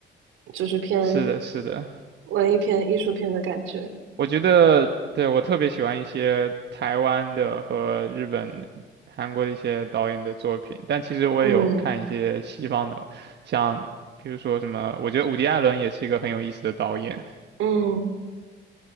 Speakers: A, on the right (about 85°); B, on the right (about 60°).
A: 就是偏
B: 是的，是的，
A: 文艺片、艺术片的感觉。
B: 我觉得，对，我特别喜欢一些台湾的和日本、韩国的一些导演的作品，但其实我也有看一些西方的，
A: 嗯
B: 像比如说什么，我觉得伍迪·艾伦也是一个很有意思的导演，
A: 嗯